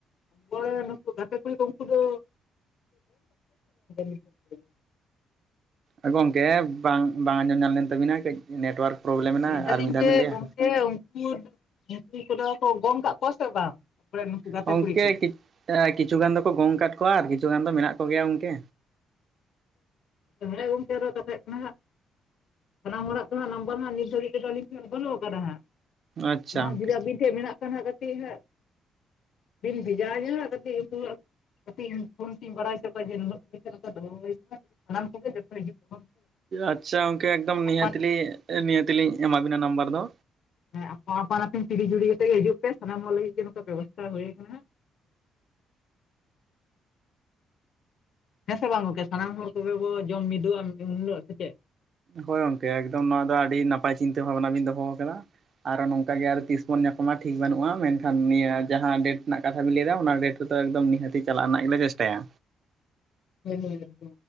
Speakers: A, on the left; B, on the right.
A: ᱟᱵᱚᱨᱮᱱ ᱱᱩᱠᱩ ᱜᱟᱛᱮ ᱠᱩᱲᱤᱠᱚ ᱩᱱᱠᱩ ᱫᱚ <inaudible>
B: ᱮ ᱜᱚᱝᱠᱮ ᱵᱟᱝ ᱵᱟᱝ ᱟᱸᱡᱚᱢ ᱧᱟᱢ ᱞᱮᱱ ᱛᱟᱹᱵᱤᱱᱟ ᱠᱟᱹᱡ ᱱᱮᱴᱳᱣᱟᱨᱠ ᱯᱨᱚᱵᱞᱮᱢ ᱮᱱᱟ,
A: ᱞᱟᱹᱭ ᱫᱟᱞᱤᱧ
B: ᱟᱨ ᱢᱤᱫ ᱫᱷᱟᱣ ᱵᱤᱱ ᱞᱮᱭᱟ?
A: ᱜᱚᱝᱠᱮ ᱡᱮ ᱩᱱᱠᱩ, ᱩᱱᱠᱩ ᱠᱚᱫᱚ ᱠᱚ ᱜᱚᱝ ᱠᱟᱜ ᱠᱚᱣᱟ ᱥᱮ ᱵᱟᱝ? <inaudible>
B: ᱜᱚᱝᱠᱮ
A: ᱠᱚ
B: ᱠᱤ ᱮᱸ ᱠᱤᱪᱷᱩ ᱜᱟᱱ ᱫᱚᱠᱚ ᱜᱚᱝ ᱟᱠᱟᱫ ᱠᱚᱣᱟ ᱟᱨ ᱠᱤᱪᱷᱩ ᱜᱟᱱ ᱫᱚ ᱢᱮᱱᱟᱜ ᱠᱚ ᱜᱮᱭᱟ ᱜᱚᱝᱠᱮ᱾
A: ᱦᱮᱸ ᱜᱚᱝᱠᱮ ᱟᱨᱚ ᱠᱟᱛᱷᱟ ᱦᱩᱭᱩᱜ ᱠᱟᱱᱟ ᱦᱟᱸᱜ ᱥᱟᱱᱟᱢ ᱦᱚᱲᱟᱜ <inaudible> ᱱᱟᱢᱵᱟᱨ ᱱᱟᱜ ᱱᱤᱛ ᱫᱷᱟᱹᱵᱤᱡ ᱛᱮᱫᱚ ᱟᱹᱞᱤᱧ ᱴᱷᱮᱱ ᱵᱟᱹᱱᱩᱜ ᱟᱠᱟᱫᱟ ᱦᱟᱸᱜ᱾
B: ᱟᱪᱪᱷᱟ
A: ᱚᱱᱟ ᱦᱚᱸ
B: ᱜᱚᱝᱠᱮ
A: ᱡᱩᱫᱤ ᱟᱹᱵᱤᱱ ᱴᱷᱮᱡ ᱢᱮᱱᱟᱜ ᱠᱷᱟᱱ ᱦᱟᱸᱜ ᱠᱟᱹᱴᱤᱡ ᱦᱟᱸᱜ ᱵᱤᱱ ᱵᱷᱮᱡᱟ ᱤᱧᱟ ᱠᱟᱹᱴᱤᱡ ᱩᱱᱠᱩᱣᱟᱜ ᱠᱟᱹᱴᱤᱡ ᱤᱧ ᱯᱷᱳᱱ ᱛᱤᱧ ᱵᱟᱲᱥ ᱦᱚᱪᱚ ᱠᱚᱣᱟ ᱡᱮ <inaudible> ᱥᱟᱱᱟᱢ ᱠᱚᱜᱮ ᱡᱷᱚᱛᱚ ᱦᱤᱡᱩᱜ ᱛᱟᱵᱚᱱ ᱯᱮ
B: ᱟᱪᱪᱷᱟ ᱜᱚᱝᱠᱮ ᱮᱠᱫᱚᱢ
A: ᱟᱯᱟᱱ
B: ᱱᱤᱦᱟᱹᱛᱞᱤ ᱱᱤᱦᱟᱹᱛᱞᱤᱧ ᱮᱢᱟᱵᱤᱱᱟ ᱱᱟᱢᱵᱟᱨ ᱫᱚ᱾
A: ᱦᱮᱸ ᱟᱯᱟᱱ ᱟᱯᱟᱱ-ᱟᱯᱤᱱ ᱛᱤᱨᱤ ᱡᱩᱨᱤ ᱠᱟᱛᱮᱜ ᱜᱮ ᱦᱤᱡᱩᱜ ᱯᱮ, ᱥᱟᱱᱟᱢ ᱦᱚᱲ ᱞᱟᱹᱜᱤᱫ ᱜᱮ ᱱᱚᱝᱠᱟ ᱵᱮᱵᱚᱥᱛᱟ ᱦᱩᱭ ᱟᱠᱟᱱᱟ ᱦᱟᱸᱜ᱾ ᱦᱮᱸ ᱥᱮ ᱵᱟᱝ ᱜᱚᱝᱠᱮ, ᱥᱟᱱᱟᱢ ᱦᱚᱲ ᱠᱚᱜᱮ ᱵᱚ ᱡᱚᱢ ᱢᱤᱫᱚᱜᱼᱟ ᱩᱱ ᱦᱤᱞᱳᱜ ᱥᱮ ᱪᱮᱫ?
B: ᱦᱳᱭ ᱜᱚᱝᱠᱮ ᱮᱠᱫᱚᱢ ᱱᱚᱣᱟ ᱫᱚ ᱟᱹᱰᱤ ᱱᱟᱯᱟᱭ ᱪᱤᱱᱛᱟᱹ ᱵᱷᱟᱵᱱᱟ ᱵᱤᱱ ᱫᱚᱦᱚ ᱟᱠᱟᱫᱟ᱾ ᱟᱨᱚ ᱱᱚᱝᱠᱟ ᱜᱮ ᱟᱨ ᱛᱤᱥ ᱵᱚᱱ ᱧᱟᱯᱟᱢᱟ ᱴᱷᱤᱠ ᱵᱟᱹᱱᱩᱜᱼᱟ, ᱢᱮᱱᱠᱷᱟᱱ ᱱᱤᱭᱟᱹ ᱡᱟᱦᱟᱸ ᱰᱮᱴ ᱨᱮᱱᱟᱜ ᱠᱟᱛᱷᱟ ᱵᱤᱱ ᱞᱟᱹᱭ ᱮᱫᱟ ᱚᱱᱟ ᱰᱮᱴ ᱨᱮᱫᱚ ᱮᱠᱫᱚᱢ ᱱᱤᱦᱟᱹᱛᱤ ᱪᱟᱞᱟᱜ ᱨᱮᱱᱟᱜ ᱜᱮᱞᱮ ᱪᱮᱥᱴᱟᱭᱟ᱾
A: ᱦᱳᱭ ᱦᱳᱭ